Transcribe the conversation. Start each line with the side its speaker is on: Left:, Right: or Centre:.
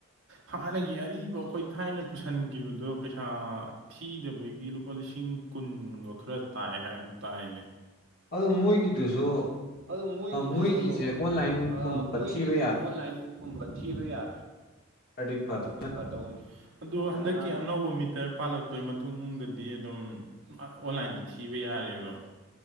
Right: ꯍꯥꯟꯅꯒꯤ ꯑꯔꯤꯕ ꯑꯩꯈꯣꯏ ꯊꯥꯏꯅ ꯄꯨꯁꯟꯈꯤꯕꯗꯣ ꯄꯩꯁꯥ ꯊꯤꯗꯕꯒꯤ ꯂꯨꯄꯥ ꯂꯤꯁꯤꯡ ꯀꯨꯟꯒ ꯈꯔ ꯇꯥꯏ ꯍꯥꯏꯕ ꯇꯥꯏꯅꯦ
Left: ꯑꯗꯣ ꯃꯣꯏꯒꯤꯗꯨꯁꯨ
Right: ꯑꯗꯨ ꯃꯣꯏꯒꯤꯗꯨꯁꯨ
Left: ꯃꯣꯏꯒꯤꯁꯦ ꯑꯣꯟꯂꯥꯏꯟꯒꯨꯝꯕ
Right: ꯑ ꯃꯣꯏꯒꯤꯁꯦ
Left: ꯊꯤꯕ
Right: ꯑꯣꯟꯂꯥꯏꯟ ꯀꯨꯝꯕ ꯊꯤꯕ ꯌꯥ
Left: ꯌꯥꯇꯥꯔꯗꯤ ꯐꯗ
Right: <inaudible> ꯑꯗꯨ ꯍꯟꯗꯛꯀꯤ ꯑꯅꯧꯕ ꯃꯤꯇꯔ ꯄꯥꯜꯂꯛꯄꯒꯤ ꯃꯇꯨꯡꯗꯗꯤ ꯑꯗꯨꯝ ꯑꯣꯟꯂꯥꯏꯟꯗ ꯊꯤꯕ ꯌꯥꯔꯦꯕ